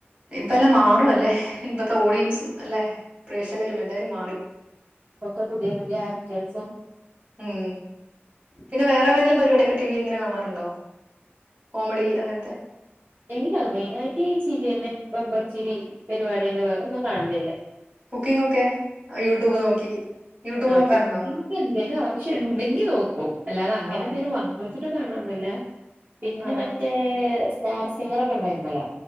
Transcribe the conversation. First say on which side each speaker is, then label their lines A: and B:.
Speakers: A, on the right (about 30°); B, on the right (about 50°).
A: ഇപ്പ എല്ലാം മാറുംല്ലേ ഇപ്പത്തെ ഓഡിയൻസും അല്ലെ പ്രേക്ഷകരും എല്ലാവരും മാറി
B: ഇപ്പൊ കേ പുതിയ പുതിയ ആക്റ്റർസും
A: ഉം പിന്നെ വേറെ ദേങ്കിലും പരിപാടി ഒക്കെ ടിവിൽ ഇങ്ങെനേ കാണാറുണ്ടോ കോമഡി അങ്ങനത്തെ
B: എല്ലാ മെയിന ആയിട്ട് ചിരി തന്നെ ബെമ്പർച്ചിരി പരിപാടെ വേ ഒന്നും കാണലില്ല
A: കുക്കിംഗ ഒക്കെ യൂട്യൂബ് നോക്കി യൂട്യൂബ്
B: ആ
A: നോക്കാറുണ്ടോ
B: കുക്കിങ്ങൊക്കെ എനി എന്തേലും ആവശ്യം ഇണ്ടെങ്കി നോക്കും അല്ലാതങ്ങനെ
A: ആഹ്
B: എന്തേലും വന്ന് <unintelligible> കാണൊന്നില്ല പിന്നെ
A: ആഹാ
B: മറ്റേ സ്റ്റാർ സിംഗർ ഒക്കെ ഉണ്ടായിരുന്നല്ലോ